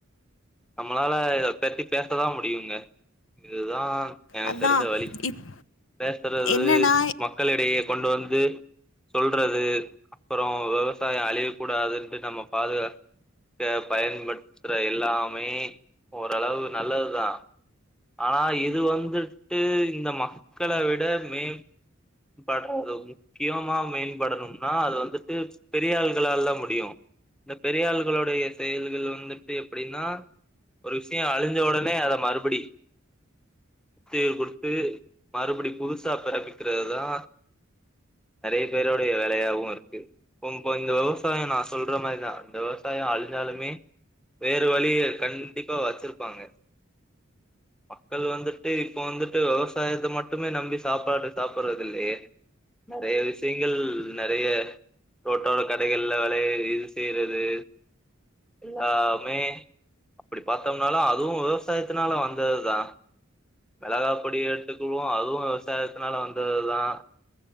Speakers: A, in the centre; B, on the left.
A: நம்மளால இத பெத்தி பேசதா முடியுங்க இதுதா எனக்கு
B: அதா
A: தெரிஞ்ச வழி
B: இப்
A: பேசுறது
B: என்னன்னா
A: மக்களிடையே கொண்டு வந்து சொல்றது அப்றோ விவசாயோ அழிய கூடாதுன்ட்டு நம்ம பாதுகா க்க பயன்படுத்திற எல்லாமே ஓர்ளவு நல்லதுதா ஆனா இது வந்துட்டு இந்த மக்கள விட மேம் படறது முக்கியமா மேம்படணும்னா அது வந்துட்டு பெரிய ஆள்களால முடியு இந்த பெரியாள்களுடைய செயல்கள் வந்துட்டு எப்டின்னா ஒரு விஷ்யோ அழிஞ்ச உடனே அத மறுபடி தீர்வ் குடுத்து மறுபடி புதுசா பிறப்பிக்கிறதுதா நெறைய பேருடைய வேலையாவு இருக்கு இப்ப இந்த விவசாயோ நா சொல்ற மாரிதா இந்த விவசாயோ அழிஞ்சா லுமே வேறு வழிய கண்டிப்பா வெச்சிருப்பாங்க மக்கள் வந்துட்டு இப்ப வந்துட்டு விவசாயத்த மட்டுமே நம்பி சாப்பாடு சாப்பட்றதில்லயே நெறைய விஷ்யங்கள் நெறைய ரோட்டோர கடைகள்ல வெளய இது செய்யறது எல்லாமே அப்டி பாத்தம்னாலு அதுவு விவசாயத்னால வந்ததுதா மிளகா பொடி எடுத்துக்குவோ அதுவு விவசாயத்னால வந்ததுதா